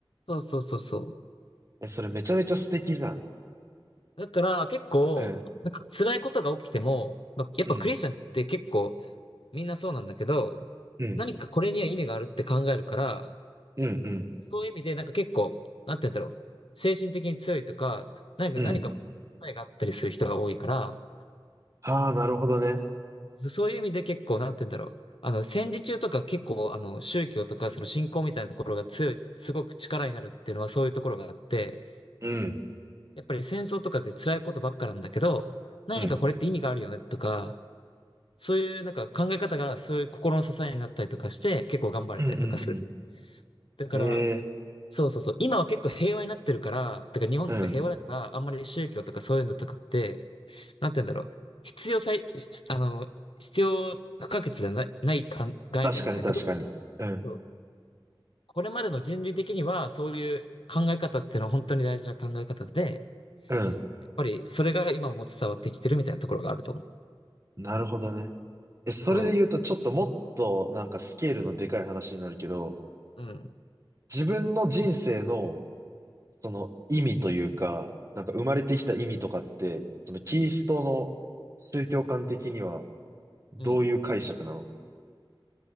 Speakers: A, on the left; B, on the right.
A: そうそうそうそ
B: え、それめちゃめちゃ素敵じゃん。
A: う。だから結構、
B: うん、
A: なんか辛いことが起きても、まあ、やっぱクリスチャンって結構
B: うん、
A: みんなそうなんだけど、
B: うん、
A: 何かこれには意味があるって考えるから、
B: うん、うん、
A: そういう意味でなんか結構、なんて言うんだろう。精神的に強いとか、何か何かこう答えがあったりする人が多いから、
B: うん。ああ、なるほどね。
A: そういう意味で結構、なんて言うんだろう。あの、戦時中とか結構、あの、宗教とか、その信仰みたいなところが強い、すごく力になるっていうのはそういうところがあって、
B: うん、
A: やっぱり戦争とかって辛いことばっかなんだけど、何かこれって意味があるよねとか、
B: うん、
A: そういうなんか考え方がそういう心の支えになったりとかして、結構頑張れたりとかする。
B: うん、うん、
A: だから、
B: うん。ええ、
A: そうそうそう、今は結構平和になってるから、だから日本とか平和だから、
B: うん。
A: あんまり宗教とかそういうのとかって、なんて言うんだろう、必要最、あの、必要不可欠ではないないかん概念なんだけど、
B: 確かに確かに。うん、
A: そう、これまでの人類的にはそういう考え方っていうのは本当に大事な考え方で、
B: うん。
A: やっぱりそれが今も伝わってきてるみたいなところがあると思う。
B: なるほどね。え、それで言うと、
A: そ
B: ちょっともっと、なんか、スケールのでかい話になるけど、
A: う、うん。
B: 自分の人生の、その意味というか、なんか生まれてきた意味とかって、そのキリストの宗教観的にはどういう解釈なの
A: うん。